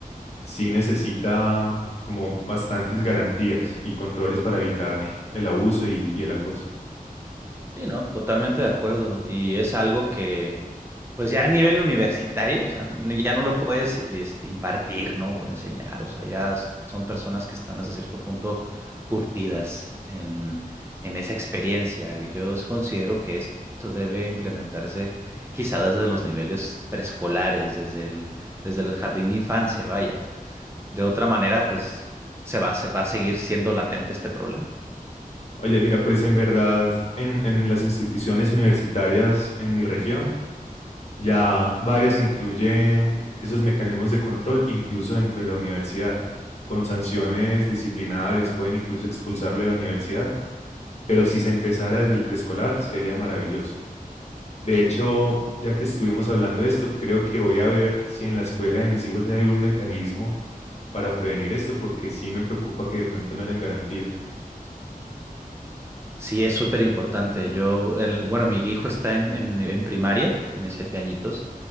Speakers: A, on the left (about 45°); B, on the right (about 15°).
A: sí necesita como bastantes garantías y controles para evitar el abuso y y el acoso.
B: Sí, no, totalmente de acuerdo. Y es algo que, pues ya a nivel universitario, o sea, n- ya no lo puedes, este, impartir, ¿no? O enseñar. O sea, ya s- son personas que están hasta cierto punto curtidas en, en esa experiencia. Yo s- considero que esto debe implementarse quizá desde los niveles preescolares, desde el, desde el jardín de infancia, vaya. De otra manera, pues se va, a se va a seguir siendo latente este problema.
A: Oye, mira, pues en verdad, en, en las instituciones universitarias en mi región, ya varias incluyen esos mecanismos de control, incluso dentro de la universidad, con sanciones disciplinarias, pueden incluso expulsarle de la universidad, pero si se empezara desde el preescolar, sería maravilloso. De hecho, ya que estuvimos hablando de esto, creo que voy a ver si en la escuela de mis hijos hay algún mecanismo para prevenir esto, porque sí me preocupa que de pronto no hayan garantías.
B: Sí, es súper importante. Yo, el- bueno, mi hijo está en, en, en primaria, tiene siete añitos,